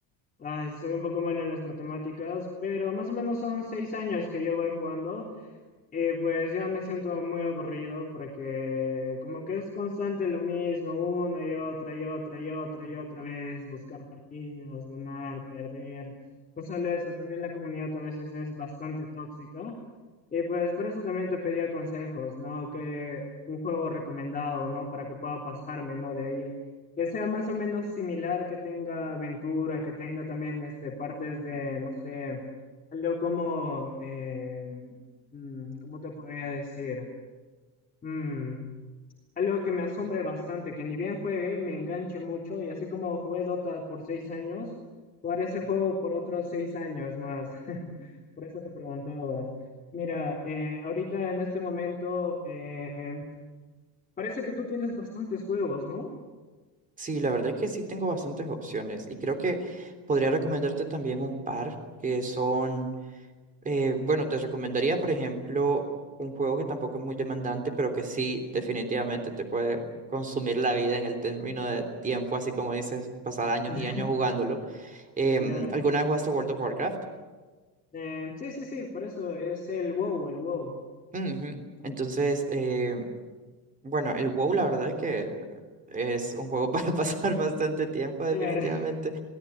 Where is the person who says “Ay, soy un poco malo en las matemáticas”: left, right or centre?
Left